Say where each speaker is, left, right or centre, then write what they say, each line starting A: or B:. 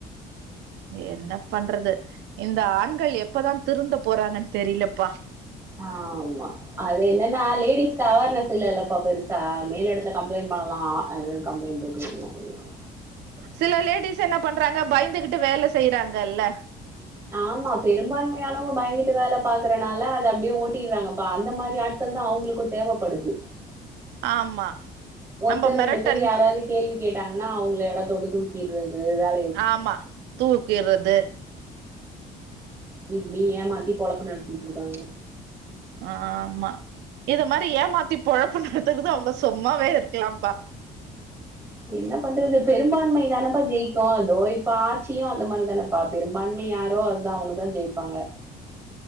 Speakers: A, on the right; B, on the right.
A: என்ன பண்றது இந்த ஆண்கள் எப்பதான் திருந்த போறாங்கன் தெரிலப்பா
B: ஆமா அது என்னன்னா லேடிஸ்க்கு அவேர்னஸ் இல்ல இல்லப்பா பெருசா மேல் எடத்துல கம்ப்ளைண்ட் பண்ணலாம் அதுவும் கம்ப்ளைண்ட் குடுக்கர்க்கு <unintelligible>
A: சில லேடிஸ் என்ன பண்றாங்க பயந்துகிட்டு வேல செய்யறாங்கல்ல
B: ஆமா பெரும்பான்மையானவங்க பயந்துட்டு வேல பாக்கறனால அது அப்டியே ஓட்டிறாங்கப்பா அந்த மாரி ஆள் கள் தான் அவுங்களுக்கு தேவப்படுது
A: ஆமா
B: ஒருத்தர்
A: நம்ம மெரட்டன்
B: ரெண்டு பேரு யாராது கேள்வி கேட்டாங்கன்னா அவங்கள எடத்த வுட்டு தூக்கிறது வே
A: ஆமா தூக்கிறது
B: இப்டி ஏமாத்தி பொலப்பு நடத்திட்ருக்காங்க
A: ஆமா இத மாரி ஏமாத்தி பொழப்பு நடத்துதுக்கு அவங்க சொம்மாவே இருக்கலாம்ப்பா
B: என்ன பண்றது பெரும்பான்மை தானப்பா ஜெயிக்கோ தோ இப்ப ஆச்சியும் அந்த மாரி தான ப்பா பெரும்பான்மை யாரோ அதா அவங்கதா ஜெயிப்பாங்க